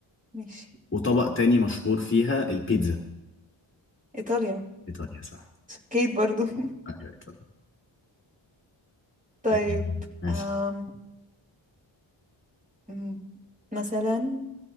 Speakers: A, on the right (about 15°); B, on the left (about 25°).
A: ماشي
B: وطبق تاني مشهور فيها البيتزا
A: ايطاليا
B: ايطاليا صح
A: كيت برضو <laughs>
B: ايوه ايطاليا
A: طيب
B: آه، ماشي
A: آم، م- مثلا